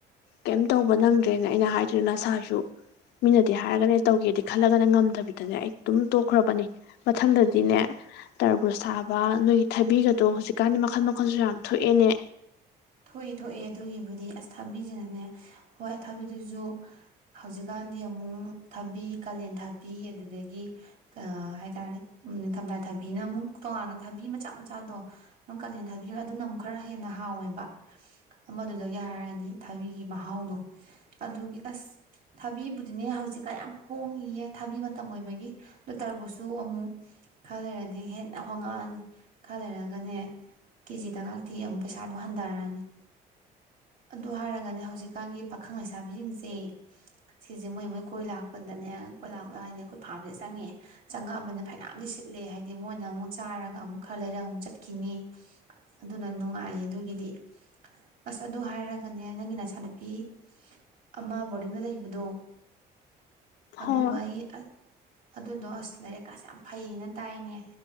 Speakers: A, on the left (about 85°); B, on the right (about 55°).
A: ꯀꯩꯝ ꯇꯧꯕ ꯅꯪꯗ꯭ꯔꯦꯅ ꯑꯩꯅ ꯍꯥꯏꯗꯨꯅꯤ ꯅꯁꯖꯨ ꯃꯤꯅꯗꯤ ꯍꯥꯏꯔꯒꯅꯦ ꯇꯧꯒꯦꯗꯤ ꯈꯜꯂꯒꯅ ꯉꯝꯗꯕ꯫ ꯗꯅꯦ ꯑꯩ ꯑꯗꯨꯝ ꯇꯣꯛꯈ꯭ꯔꯕꯅꯤ ꯃꯊꯪꯗꯗꯤꯅꯦ ꯇꯔꯕꯨꯖ ꯊꯥꯕ ꯅꯣꯏꯒꯤ ꯊꯥꯕꯤꯒꯗꯣ ꯍꯧꯖꯤꯛꯀꯥꯟꯗꯤ ꯃꯈꯜ ꯃꯈꯜꯁꯨ ꯌꯥꯝ ꯊꯣꯛꯑꯦꯅꯦ꯫
B: ꯊꯣꯛꯏ ꯊꯣꯛꯑꯦ ꯑꯗꯨꯒꯤꯕꯨꯗꯤ ꯑꯁ ꯊꯕꯤꯖꯤꯅꯅꯦ ꯍꯣꯏ ꯊꯕꯤꯗꯨꯖꯨ ꯍꯧꯖꯤꯛꯀꯥꯟꯗꯤ ꯑꯃꯨꯛ ꯊꯕꯤ, ꯀꯥꯂꯦꯟ ꯊꯥꯕꯤ ꯑꯗꯨꯗꯒꯤ ꯍꯥꯏ ꯇꯔꯦ ꯅꯤꯡꯊꯝꯊꯥꯏ ꯊꯥꯕꯤꯅ ꯑꯃꯨꯛ ꯇꯣꯉꯥꯟꯅ ꯊꯥꯕꯤ ꯃꯆꯥ ꯃꯆꯥꯗꯣ ꯑꯗꯨꯝ ꯀꯥꯂꯦꯟ ꯊꯥꯕꯤ ꯑꯗꯨꯅ ꯑꯃꯨꯛ ꯈꯔ ꯍꯦꯟꯅ ꯍꯥꯎꯋꯦꯕ꯫ ꯑꯃꯗꯨꯗꯒꯤ ꯍꯥꯏꯔꯗꯤ ꯊꯥꯕꯤꯒꯤ ꯃꯍꯥꯎꯗꯣ ꯑꯗꯨꯒꯤ ꯑꯁ ꯊꯥꯕꯤꯕꯨꯗꯤꯅꯦ ꯍꯧꯖꯤꯛꯀꯥꯟ ꯌꯥꯝ ꯍꯣꯡꯉꯤꯌꯦ ꯊꯥꯕꯤ ꯃꯇꯝ ꯑꯣꯏꯕꯒꯤ ꯑꯗꯨ ꯇꯔꯕꯨꯁ ꯁꯨ ꯑꯃꯨꯛ ꯈꯔ ꯂꯩꯔꯗꯤ ꯍꯦꯟꯅ ꯍꯣꯡꯉꯛꯑꯅꯤ ꯈꯔ ꯂꯩꯔꯒꯅꯦ ꯀꯦꯖꯤꯗ ꯒꯇꯤ ꯑꯃꯨꯛ ꯄꯩꯁꯥꯗꯣ ꯍꯟ ꯇꯥꯔꯅꯤ ꯑꯗꯨ ꯍꯥꯏꯔꯒꯅꯦ ꯍꯧꯖꯤꯛꯀꯥꯟꯒꯤ ꯄꯥꯈꯪ ꯂꯩꯁꯥꯕꯤꯁꯤꯡꯁꯦ ꯁꯤꯁꯦ ꯃꯣꯏ - ꯃꯣꯏ ꯀꯣꯏ ꯂꯥꯛꯄꯗꯅꯦ ꯀꯣꯏ ꯂꯥꯛꯂ ꯍꯥꯏꯗꯤ ꯑꯩꯈꯣꯏ ꯐꯥꯔꯝꯁꯦ ꯆꯪꯉꯛ ꯑꯦ, ꯆꯪꯉꯛꯑꯕꯅꯤ ꯐꯥꯏꯅꯝꯗꯤ ꯁꯤꯠꯂꯦ ꯍꯥꯏꯗꯤ ꯃꯣꯏꯅ ꯑꯃꯨꯛ ꯆꯥꯔꯒ ꯑꯃꯨꯛ ꯈꯔ ꯂꯩꯔꯒ ꯑꯃꯨꯛ ꯆꯠꯈꯤꯅꯤ ꯑꯗꯨꯅ ꯅꯨꯡꯉꯥꯏꯌꯦ ꯑꯗꯨꯒꯤꯗꯤ꯫ ꯑꯁ ꯑꯗꯨ ꯍꯥꯏꯔꯒꯅꯦ ꯅꯪꯒꯤ ꯅꯆꯥꯅꯨꯄꯤ ꯑꯃ ꯕꯣꯔꯗꯤꯡꯗ ꯂꯩꯕꯗꯣ ꯑꯗꯨꯗꯣ
A: ꯍꯣꯏ
B: ꯑꯩ ꯑꯁ ꯑꯗꯨꯗꯣ ꯑꯁ ꯂꯥꯏꯔꯤꯛꯀꯥꯁꯦ ꯌꯥꯝ ꯐꯩꯌꯦꯅ ꯇꯥꯏꯅꯦ